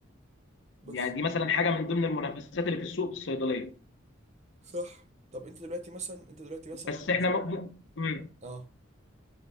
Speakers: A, on the right; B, on the left.
A: بس
B: يعني دي مثلا حاجه من ضمن المنافسات اللي في السوق في الصيدليه
A: صح طب انت دلوقتي مثلا انت دلوقتي مثلا
B: بس
A: بالنسبة
B: احنا م... م...
A: اه